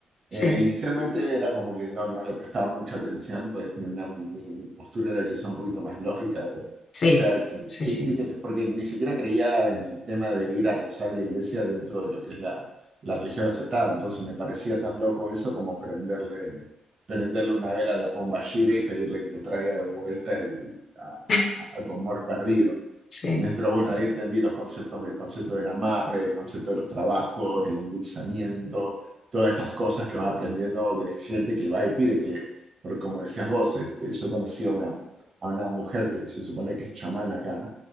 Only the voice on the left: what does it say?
Sí,
sí,
sí,
sí,
<laughs>
sí.